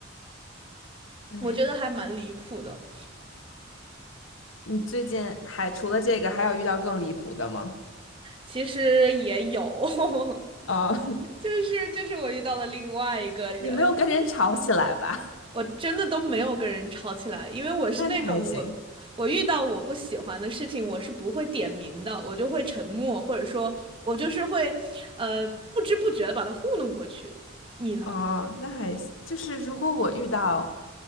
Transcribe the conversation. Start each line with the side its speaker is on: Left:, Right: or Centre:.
Left: 唉
Right: 我觉得还蛮离谱的。
Left: 你最近还除了这个，还有遇到更离谱的吗？
Right: 其实也有，<laughs>
Left: 哦，<laughs>
Right: 就是就是我遇到了另外一个人，
Left: 你没有跟人吵起来吧？
Right: 我真的都没有跟人吵起来，因为我是那种我我遇到我不喜欢的事情，
Left: <laughs> 那你还行。
Right: 我是不会点名的，我就会沉默，或者说我就是会呃不知不觉的把他糊弄过去。你呢？
Left: 哦，那还行。就是如果我遇到